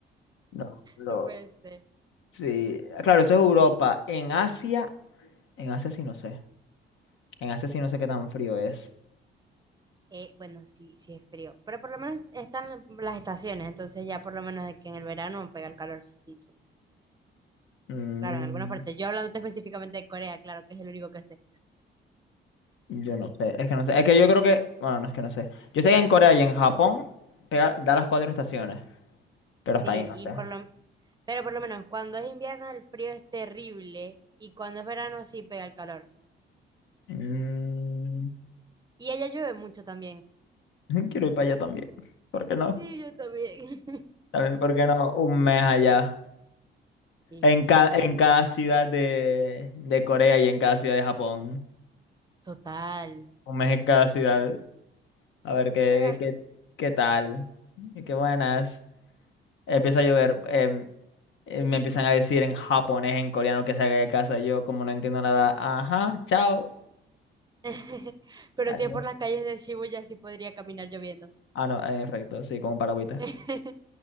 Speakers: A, on the left; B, on the right.
A: No, pero,
B: no puede ser.
A: Sí, claro, eso es Europa. En Asia, en Asia sí no sé. En Asia sí no sé qué tan frío es.
B: Eh, bueno, sí, sí es frío, pero por lo menos están las estaciones, entonces ya por lo menos de que en el verano pega el calorcito.
A: Mm,
B: Claro, en algunas partes. Yo hablándote <laughs> específicamente de Corea, claro, que es el único que sé.
A: yo no sé, es que no sé. Es que yo creo que, bueno, no es que no sé. Yo sé que en Corea y en Japón pega- da las cuatro estaciones, pero
B: Sí,
A: hasta ahí no
B: y
A: sé.
B: por lo, pero por lo menos cuando es invierno el frío es terrible y cuando es verano sí pega el calor.
A: Mm,
B: Y allá llueve mucho también.
A: <laughs> quiero ir para allá también. ¿Por qué no?
B: Sí, yo también. <laughs>
A: También, ¿por qué no? Un mes allá.
B: Y
A: En
B: sí.
A: cada, en cada ciudad de, de Corea y en cada ciudad de Japón.
B: Total.
A: Un mes en cada ciudad. A ver qué,
B: Real.
A: qué, qué tal. Y qué buenas. Empieza a llover. em, eh, me empiezan a decir en japonés, en coreano, que salga de casa. Yo, como no entiendo nada, ajá, chao.
B: <laughs> Pero
A: Adiós.
B: si es por las calles de Shibuya, sí podría caminar lloviendo.
A: Ah, no, en efecto, sí, como paragüita.
B: <laughs>